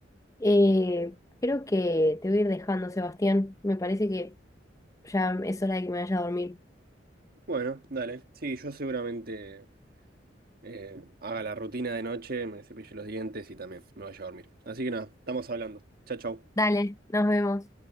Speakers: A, on the left; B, on the right.
A: Eh, creo que te voy a ir dejando, Sebastián. Me parece que ya es hora de que me vaya a dormir.
B: Bueno, dale. Sí, yo seguramente eh, haga la rutina de noche, me cepille los dientes y también me vaya a dormir. Así que nada, estamos hablando. Chao, chao.
A: Dale, nos vemos.